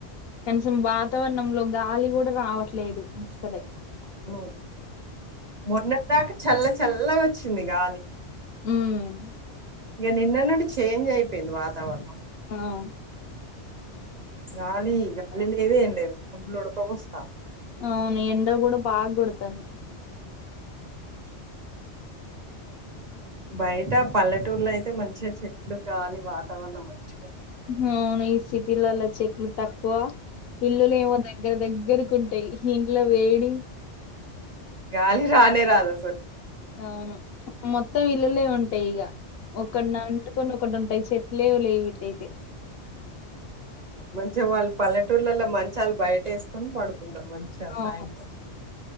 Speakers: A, on the left; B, on the right.
A: కనీసం వాతావరణంలో గాలి కూడా రావట్లేదు అస్సలే
B: అవును మొన్నట్ దాక చల్ల చల్లగా వచ్చింది గాలి
A: ఉమ్
B: ఇగ నిన్న నుండి చేంజ్ అయిపోయింది వాతావరణం
A: ఆమ్
B: గాలి గ కరెంట్ లేదు ఏం లేదు ఫుల్లు ఉడక పోస్తోంది
A: అవును ఎండ కూడా బాగ కొడతా
B: బయట పల్లెటూరులో అయితే మంచిగా చెట్లు కాలి వాతావరణం మంచిు
A: అవును ఈ సిటీలోలా చెట్లు తక్కువ ఇల్లులు ఏమో దగ్గర దగ్గర కుంటాయి ఇంట్లో వేడి
B: గాలి రానే రాదు అసలు
A: అవును మొత్తం ఇల్లులే ఉంటాయి ఇగ ఒకడిన వండుకొని ఒకటి ఉంటాయి చె లేవు లే ఇటు ఐతే
B: మంచిగా వాళ్ళు పల్లెటూర్లలో మంచాలు బయట వేసుకొని పడు మంచిగా
A: అవును
B: సాయంత్రం